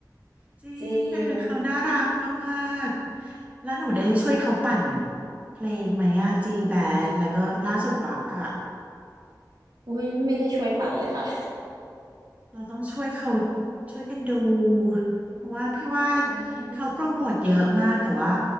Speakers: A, on the right; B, on the right.
A: ๆจริงแต่คือเขาน่ารักมากๆแล้วหนูได้ช่วยเขาปั่น
B: จริง
A: เพลงไหมอะจีแบนแล้วก็ล่าสุดบักอะ
B: อุ้ยไม่ได้ช่วยปั่นเลยค่ะ
A: เราต้องช่วยเขาช่วยกันดูเพราะว่าพี่ว่า
B: <laughs> อืม
A: เขาโปรโมทเยอะมากแต่ว่า